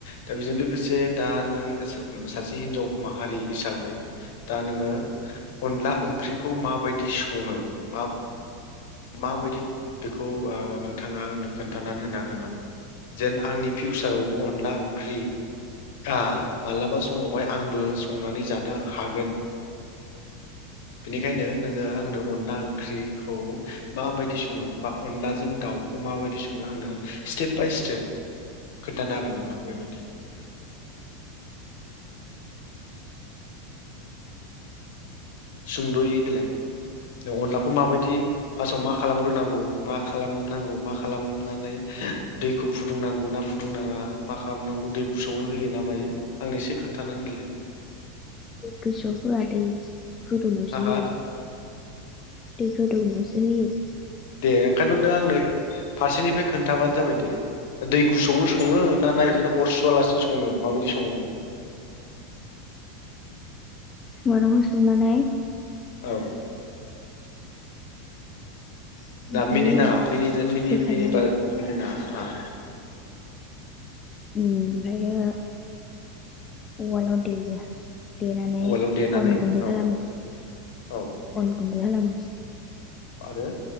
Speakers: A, on the left (about 70°); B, on the left (about 25°).
A: दा बेजों लोगोसे दा नों सा सासे हिनजाव माहारि हिसाबै दा नोङो अनला ओंख्रिखौ माबायदि सङो मा माबायदि बेखौ ओ नोंथाङा आंनो खोन्थानानै होनो हागोन नामा जेन आंनि फिउचारावबो अनला ओंख्रि आ मालाबा समावहाय आंबो संनानै जानो हागोन बेनिखायनो नोङो आंनो अनला ओंख्रिखौ माबायदि सङो बा अनलाजों दाउखौ माबायदि सङो आंनो स्टेप बाय स्टेप खोन्थानो हागोन नामा बेबायदि? सुंद'यै देलाय अनलाखौ माबायदि फार्स्टआव मा खालामग्रोनांगौ मा खालामनांगौ मा खालामनानै दैखौ फुदुंनांगौ ना फुदुंनाङा? मा खालामनांगौ दै बुसावनो होयो ना मायो आंनि एसे खोन्थानानै देलाय?
B: गोसोआव होआ दै गोदौनायावसो
A: आहा
B: होयो। दै गोदौनायावसो होयो।
A: दे ओंखायनोथ' नों आंनो फारसेनिफ्राय खोनथाबानो जाबाय दे दै गुसुआवनो सङो ना ना बिदिनो अर सुवालासिनो सङो माबायदि सङोमोन?
B: मायरंखौ सुनानै
A: औ
B: ओमफ्रायो
A: ना मिनि नाङा मिनिनो मिनि
B: बोखांनानै
A: मिनिबा मिनि नाङा आ <unintelligible>
B: ओमफ्रायो अवालाव देयो। देनानै
A: उवालाव देनानै
B: अन गुन्दै
A: औ
B: खालामो
A: औ
B: अन गुन्दै खालामो।
A: आरो।